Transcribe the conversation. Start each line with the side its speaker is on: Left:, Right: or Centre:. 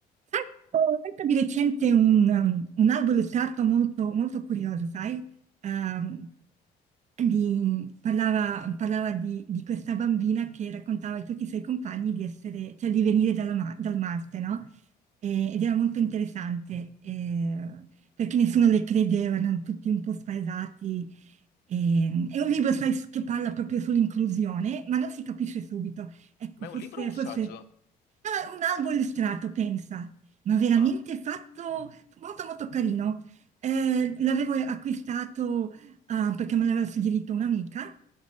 Right: Sai, Ho letto di recente un, um, un albo illustrato molto, molto curioso, sai? Ehm, di- parlava, parlava di, di questa bambina che raccontava a tutti i suoi compagni di essere, cioè di venire dalla Ma- dal Marte, no? E- ed era molto interessante, eh, perché nessuno le credeva, erano tutti un po' spaesati. E- è un libro, sai, che parla proprio sull'inclusione, ma non si capisce subito. Ecco,
Left: Ma
Right: forse,
Left: è un libro o un
Right: forse-
Left: saggio?
Right: ah, un albo illustrato, pensa, ma veramente
Left: Ah,
Right: fatto molto molto carino. Eh, l'avevo acquistato ah, perché me l'aveva suggerito un'amica